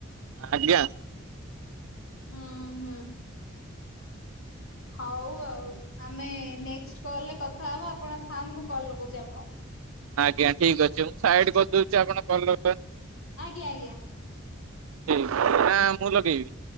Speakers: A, on the right; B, on the left.
A: ଆଜ୍ଞା।
B: ଉଁ -ହୁଁ। ହଉ ଆଉ, ଆମେ ନେକ୍ସଟ କଲରେ କଥା ହବା। ଆପଣ ଥାଆନ୍ତୁ, ମୁଁ କଲ ଲଗଉଛି ଆପଣଙ୍କୁ।
A: ଆଜ୍ଞା। ଠିକ ଅଛି, ମୁଁ ସାଇଡ କରିଦଉଛି ଆପଣ କଲ
B: ଆଜ୍ଞା ଆଜ୍ଞା।
A: ଠିକ୍ ଅଛି, ନା ମୁଁ ଲଗେଇବି?